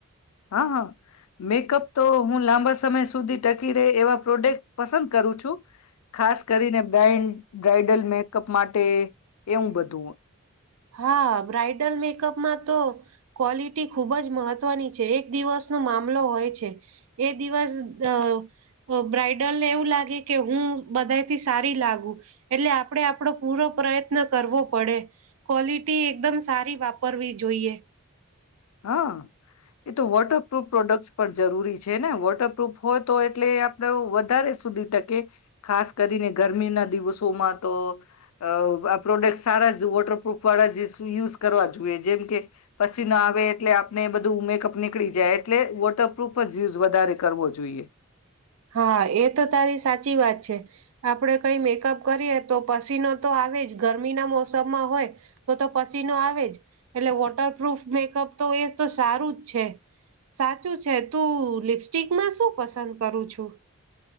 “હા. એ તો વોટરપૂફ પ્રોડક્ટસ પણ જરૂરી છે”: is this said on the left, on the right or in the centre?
Left